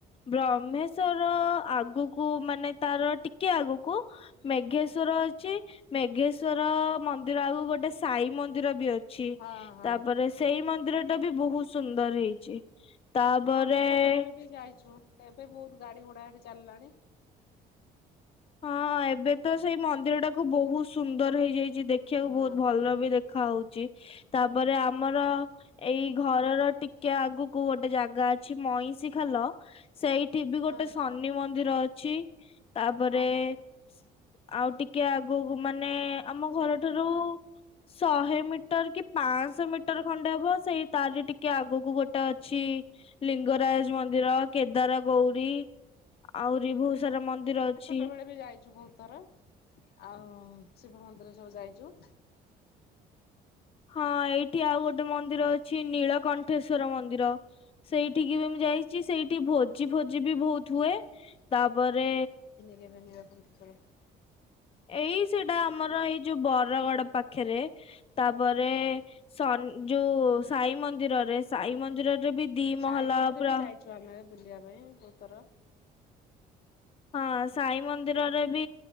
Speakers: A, on the left (about 35°); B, on the left (about 70°).
A: ବ୍ରହ୍ମେଶ୍ଵର ର ଆଗୁ କୁ କୁ ମାନେ ତାର ଟିକେ ଆଗକୁ ମେଘେସ ସୁରଜ ଚି ମେଘେଶ୍ଵର ମ ମ ଆଗାକୁ ଗୋଟେ ସାଇ ମ ମନ୍ଦିର ବି ଅଛି
B: ହଁ ହଁ
A: ତାପରେ ସେଇ ମନ୍ଦିର ବହୁ ସୁନ୍ଦର ହେଇଛି ତାପରେ
B: ହଁ ଆମେ
A: ଏ
B: ଛୋଟବେଳେ ବି ଯାଇଛୁ ଏବେ ବହୁତ ଗାଡି ଘୋଡା ସେଠି ଚାଲିଲାଣି।
A: ହଁ ଏବେ ତ ସେଇ ମନ୍ଦିର ଟାକୁ ବହୁତ ସୁନ୍ଦର ହେଇଯାଇଛି। ଛି ଦେଖିବାକୁ
B: ହଁ।
A: ବହୁତ ଭଲ ବି ଦେଖା ହଉ ତାପରେ ଆମର ଏଇ ଘରର ଟିକେ ଆଗକୁ କୁ ଗୋଟେ ଜାଗା ଅଛି ମଇଁଷି ଖାଲ ସେଇଠି ବି ଗୋଟେ
B: ହଁ
A: ଶନି ମନ୍ଦିର ଅ ଛି। ତା ପରେ
B: ହଁ ହଁ
A: ସେ ଆଉ ଟି ଆଗକୁ ମାନେ ଆମ ଘର ଠାରୁ ଶହେ ମିଟର କି ପାଞ୍ଚଶହ ମିଟର ଖଣ୍ଡେ ହବ ସେଇ ତାର ଟିକେ ଆଗକୁ ଗୋଟେ ଅଛି ଲିଙ୍ଗରାଜ ମନ୍ଦିର କେଦାର ଗୌରୀ ଆହୁରି ବହୁତ ସାରା ମନ୍ଦିର ଅ
B: ଛୋଟ ବେଳେ ବି ଯାଇଛୁ ବହୁତ ଥର ଆଉ ହଁ ଶିବ ମନ୍ଦିର ସବୁ ଯାଇଛୁ।
A: ହଁ ଏଇ ଏଠି ଆଉ ଗୋଟେ ମନ୍ଦିର ଅଛି ନୀଳକଣ୍ଠେଶ୍ଵର ମନ୍ଦି ମନ୍ଦିର ସେଇଠିକି ବି ମୁଁ ଯାଇଛି ସେଇଠି ସେ ଭୋଜି ଭୋଜି ବି ବହୁତ ହୁଏ ତାପରେ
B: ବେନିବା ଖୁ କର <inaudible>
A: ଏଇ ସେଟା ଆମର ଏଇ ଯଉ ବ ସୁରଗଡ ପାଖରେ ତାପରେ ସ ଯୋଉ ସାଇ ମନ୍ଦିରରେ ସାଇ ମନ୍ଦିରରେ ବି ଦି
B: ସାଇ
A: ମହଲା
B: ମନ୍ଦିର
A: ପୁରା
B: ବି ଯାଇଛୁ ଆମେ ବୁଲିବା ପାଇଁ ବହୁତ ଥର।
A: ହଁ ସାଇ ମନ୍ଦିରରେ ବି